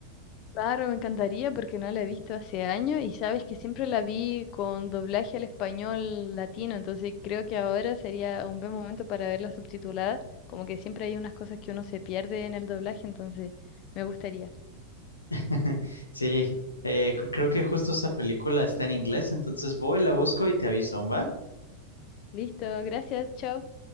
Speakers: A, on the left (about 40°); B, on the left (about 75°).
A: Claro, me encantaría porque no la he visto hace años y sabes que siempre la vi con doblaje al español latino, entonces creo que ahora sería un buen momento para verla subtitulada, como que siempre hay unas cosas que uno se pierde en el doblaje, entonces me gustaría.
B: <laughs> Sí, eh, cr- creo que justo esa película está en inglés, entonces voy, la busco y te aviso, ¿va?
A: Listo, gracias, chao.